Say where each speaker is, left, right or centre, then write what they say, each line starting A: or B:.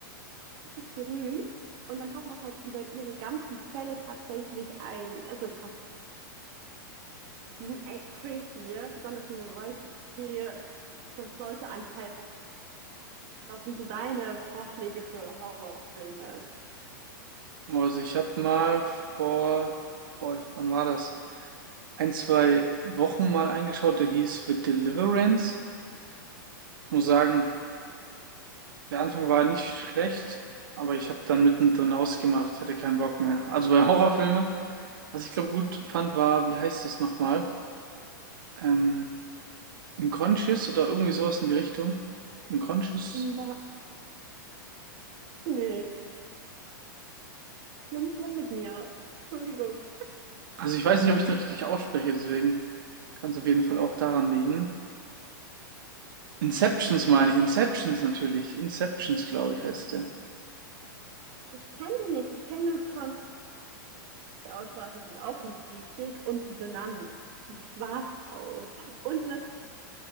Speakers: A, on the right; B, on the right.
A: richtig berühmt. Und dann hat man halt über ihre ganzen Fälle tatsächlich ein, also pass, die sind echt creepy, ja. besonders wenn man weiß, okay, das sollte anscheinend, was sind so deine Vorschläge für Horrorfilme?
B: Also ich habe mal vor, boah, wann war das? Ein, zwei Wochen mal eingeschaut, der hieß The Deliverance. Ich muss sagen, der Anfang war nicht schlecht, aber ich habe dann mittendrin ausgemacht, ich hatte keinen Bock mehr. Also bei Horrorfilmen, was ich glaube gut fand, war, wie heißt das nochmal? Ähm, Unconscious oder irgendwie sowas in die Richtung. Unconscious.
A: War nix. Schlimm, schlimm mit mir. Entschuldigung.
B: Also ich weiß nicht, ob ich den richtig ausspreche, deswegen kann es auf jeden Fall auch daran liegen. Inceptions meine ich. Inceptions natürlich. Inceptions, glaube ich, heißt der.
A: Ich kenne den nicht, ich kenne nur Con, die Aussprache ist jetzt auch nicht richtig. Und The Nun. Das war's auch. Und